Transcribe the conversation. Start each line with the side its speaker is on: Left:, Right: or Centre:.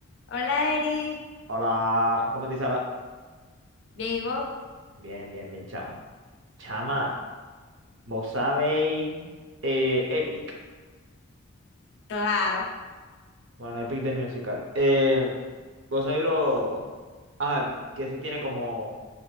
Left: Hola, Eri.
Right: Hola, ¿cómo te Sara?
Left: Bien, ¿y vos?
Right: Bien, bien, bien, chama. Chama, vos sabéis eh, Epic.
Left: Claro.
Right: Bueno, Epic de Musical. Eh, vos sabéis lo. Ah, que eso tiene como